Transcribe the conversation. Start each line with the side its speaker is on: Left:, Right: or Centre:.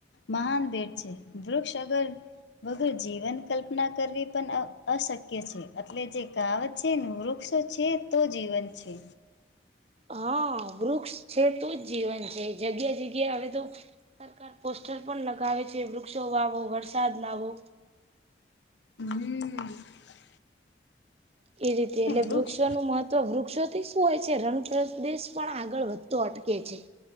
Left: મહાન ભેટ છે. વૃક્ષ અગર વગર જીવન કલ્પના કરવી પણ અ અશક્ય છે. એટલે જે કાવત છે નુ વૃક્ષો છે તો જીવન છે.
Right: હા વૃક્ષ છે. તો જ જીવન છે. જગ્યા જગ્યા હવે તો સરકાર પોસ્ટર પણ લગાવે છે. વૃક્ષો વાવો વરસાદ લાવો
Left: હમ
Right: એ રીતે એ
Left: વૃક્ષ
Right: વૃક્ષનું તો વૃક્ષોથી શું હોય છે. રંગ પ્રદેશ પણ આગળ વધતો અટકે છે.